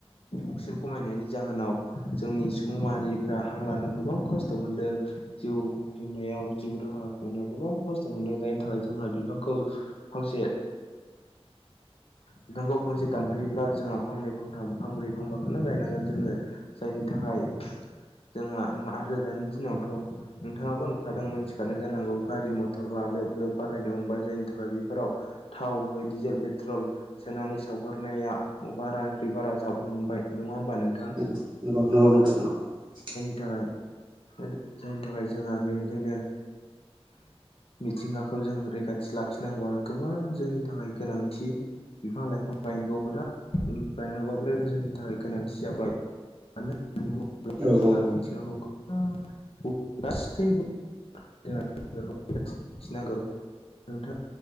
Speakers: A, on the left (about 65°); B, on the right (about 45°).
A: अक्सिजेन खमायनायनि जाहोनाव जोंनि सुबुं माहारिफ्रा हां लानो गोबां खस्थ' मोनदों जिउ खुंनायाव जिउ राहा खुंनायाव गोबां खस्थ' मोनदों जाय थाखाय जोंहा बिफांखौ फांसे बिफांखौ फांसे दानफायोब्ला जोंहा फांनै फांथाम फांब्रै फांबाखौनो गायनांगोन जोङो जायनि थाखाय राय। जोंहा आरो दानि दिनावथ' नोंथाङाबो नुखादों मोनथिखानाय जानांगौ गारि मथरा लोब लोब बारायदों हबाय जायनि थाखाय बेफोराव थाव डिजेल पेट्रल सोनानै सावगारनाया बारानिखफ्रायुइ बारा जाबोनो मोनबाय नङा होमबा नोंथां।
B: <inaudible>
A: जायनि थाखाय जोंहा बेनिखायनो मिथिंगा खौ जों रैखाथि लाखिनांगौआ गोबां जोंनि थाखाय गोनांथि। बिफां लाइफां गायनांगौ बिराद बारायनांगौ बिराद गोजोंनि थाखाय गोनांथि जाबाय। मानो होननानै बुङोब्ला
B: नंगौ
A: जोंहा
B: औ
A: मिथिंगाखौ गोबां गासैबो <unintelligible> नंगौ नोंथां